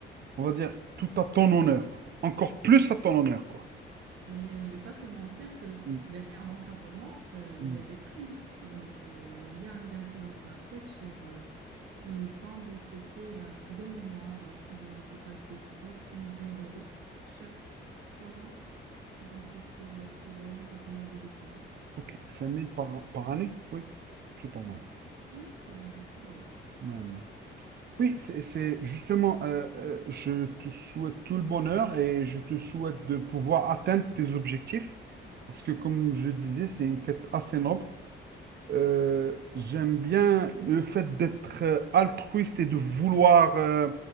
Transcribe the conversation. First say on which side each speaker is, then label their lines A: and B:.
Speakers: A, on the right; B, on the right.
A: on va dire, tout à ton honneur. Encore plus à ton honneur, quoi.
B: mais euh, je vais pas te mentir que
A: Mm,
B: derrière l'encadrement, euh,
A: mm.
B: il y a des primes. Donc, euh, il y a un gain financier après sur, euh, Il me semble, c'était euh, de mémoire, euh, si je ne dis pas de bêtises, 15 000 euros chaque trois ans, donc euh, pour, euh, pour euh, l'encadrement des étudiants.
A: Ok, 5000 par, par année, oui, c'est pas mal.
B: Ouais. Ouais, c'est, euh, voilà,
A: Ouais, non. Oui, c'est c'est justement, euh, euh, je te souhaite tout le bonheur et je te souhaite de pouvoir atteindre tes objectifs parce que, comme je disais, c'est une quête assez noble. Euh, j'aime bien le fait d'être euh, altruiste et de vouloir euh,